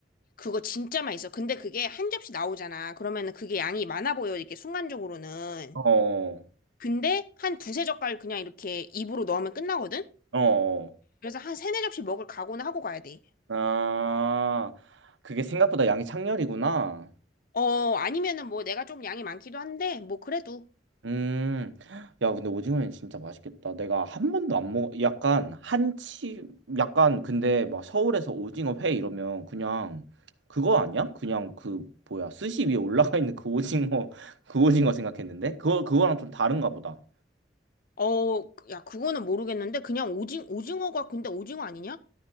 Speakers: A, on the left (about 50°); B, on the right (about 85°).
A: 그거 진짜 맛있어. 근데 그게 한 접시 나오잖아. 그러면은 그게 양이 많아 보여, 이렇게 순간적으로는.
B: 어.
A: 근데 한 두세 젓갈 그냥 이렇게 입으로 넣으면 끝나거든?
B: 어. 어.
A: 그래서 한 세네 접시 먹을 각오는 하고 가야 돼.
B: 아, 그게 생각보다 양이 창렬이구나.
A: 어, 아니면은 뭐 내가 좀 양이 많기도 한데, 뭐 그래도.
B: 음, 야, 근데 오징어는 진짜 맛있겠다. 내가 한 번도 안 먹어, 약간 한치, 약간 근데 막 서울에서 오징어 회 이러면 그냥 그거 아니야? 그냥 그 뭐야, 스시 위에 올라가 있는 그 오징어, <laughs> 그 오징어 생각했는데 그거 그거랑 좀 다른가 보다.
A: 어, 야, 그거는 모르겠는데, 그냥 오징, 오징어가 근데 오징어 아니냐?